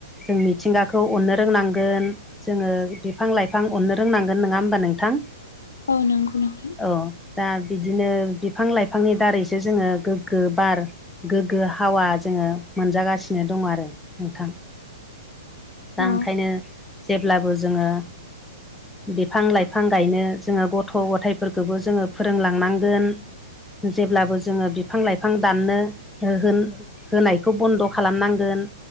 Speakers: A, in the centre; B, on the left (about 80°).
A: जों मिथिंगाखौ अन्नो रोंनांगोन जोङो बिफां लाइफां अननो रोंनांगोन नङा होमबा नोंथां
B: औ नंगौ नोंथां
A: औ दा बिदिनो बिफां लाइफांनि दारैसो जोङो गोग्गो बार गोग्गो हावा जोङो मोनजागासिनो दङ आरो नोंथां दा
B: औ
A: ओंखायनो जेब्लाबो जोङो बिफां लाइफां गायनो जोङो गथ' गथायफोरखौबो जोङो फोरोंलांनांगोन जेब्लाबो जोङो बिफां लाइफां दाननो होन होनायखौ बन्द' खालामनांगोन